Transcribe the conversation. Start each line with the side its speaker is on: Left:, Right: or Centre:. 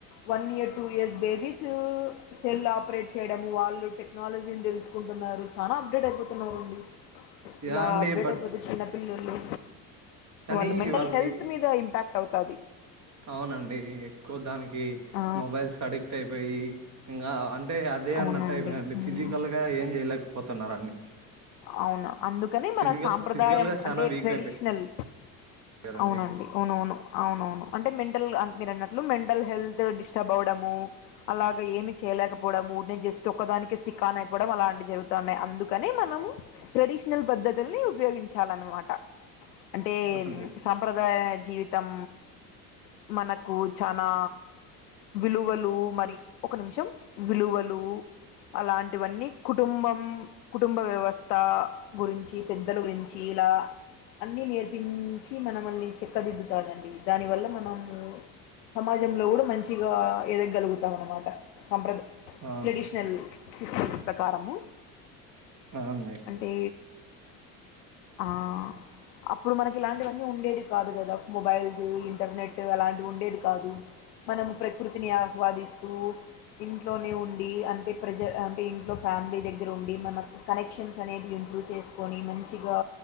Left: one year two years babies cell operate చేయడం వాళ్ళు టెక్నాలజీని తెలుసుకుం న్నారు చాలా అప్డేట్ అయిపోతున్నారు అండి
Right: యా
Left: ఇలా
Right: అండి
Left: అప్డేట్
Right: బట్
Left: అయిపోతే చిన్న పిల్లోళ్లు
Right: కానీ
Left: వాళ్ళు మెంటల్
Right: వాళ్ళకి
Left: హెల్త్ మీద ఇంపాక్ట్ అవుతాది
Right: అవునండి ఎక్కువ దానికి కి
Left: ఆ
Right: మొబైల్స్ కి అడిక్ట్ అయిపోయి ఇంగా అం అంటే అదే
Left: అవునండి
Right: అన్నట్టు అయిపోయిండి
Left: ఉమ్,
Right: ఫిజికల్ గా ఏం చేయలే పోతున్నారండి
Left: అవును అందుకనే
Right: ఫిజికల్
Left: మన సాంప్రదాయం
Right: ఫిజికల్ గా చానా
Left: అంటే
Right: వీక్
Left: ట్రెడిషనల్
Right: అయిపోయారండి.
Left: అవునండి అవునవును అవునవును అంటే మెంటల్ అం మీరు అన్నట్లు మెంటల్ హెల్త్ డిస్టర్బ్ అవ్వడము అలాగ ఏమి చేయలేకపోవడము నే జస్ట్ ఒక్క దానికే స్టిక్ ఆన్ అయిపోవడం అలాంటివి జరుగుతా ఉన్నాయి అందుకనే మనము ట్రెడిషనల్ పద్ధతుల్ని ఉపయోగించాలన్నమాట. అంటే
Right: ఆ అండి
Left: సాంప్రదాయ జీవితం మనకు చాలా విలు వలు మరి ఒక నిమిషం విలువలు అలాంటివన్నీ కుటుంబం కుటుంబ వ్యవస్ త్త గురించి పెద్దల గురించి ఇలా అన్నీ నేర్పించి మనమల్ని చెక్కదిద్దుతాదండి. దానివల్ల మనము సమాజంలో కూడా మంచిగా ఎదగలుగుతాం అన్నమాట సంప్రద
Right: అవును
Left: ట్రెడిషనల్ సిస్టమ్స్ ప్రకారము
Right: ఆ అండి
Left: అంటే ఆ అప్పుడు మనకి ఇలాంటివన్నీ ఉండేడు కాదు కదా మొబైల్స్ ఇంటర్నెట్ అలాంటి ఉండేది కాదు మనం ప్రకృతిని ఆహ్వాదిస్తూ ఇంట్లోనే ఉండి అన్ అంటే ప్రెజ అంటే ఇంట్లో ఫ్యామిలీ దగ్గర ఉండి మనకు కనెక్షన్ క్యూరన్ ఇంప్రువ్ చెస్కోని మంచీగా